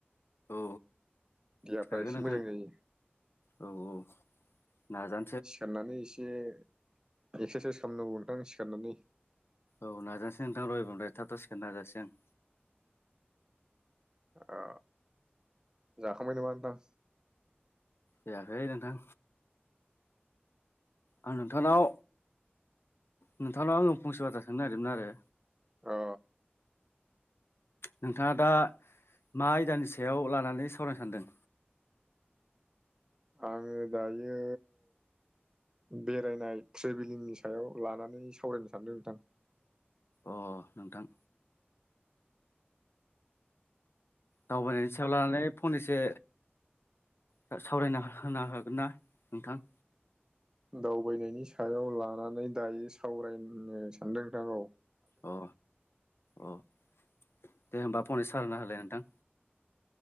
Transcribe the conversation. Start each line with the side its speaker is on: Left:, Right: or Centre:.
Left: औ
Right: देहाफ्रा
Left: सिखारगोन
Right: एसे
Left: नोंथां
Right: मोजां जायो।
Left: औ औ नाजा
Right: सिखारनानै एसे एक्सारसाइस खालामनांगौ नोंथां सिखारनानै
Left: औ नाजानोसै नोंथां एबारनिफ्राय थाब थाब सिखारनो नाजासै आं।
Right: ओ जाखांबाय नाङा नोंथां?
Left: जायाखै नोंथां आं नोंथांनाव नोंथांनाव आङो फंसे बाथा थांनो नागिरदोंमोन आरो
Right: अ
Left: नोंथाङा दा मा आयदानि सायाव लानानै सावरायनो सान्दों?
Right: आङो दायो बेरायनाय ट्रेभेलिंनि सायाव लानानै सावरायनो सानदों नोंथां।
Left: अ नोंथां दावबायनायनि सायाव लानानै फंनैसो सा सावरायना होना हागोन ना नोंथां?
Right: दावबायनायनि सायाव लानानै दायो सावरायनो सानदों दा गाव।
Left: अ अ दे होमबा फंनैसो सावरायना होलाय नोंथां।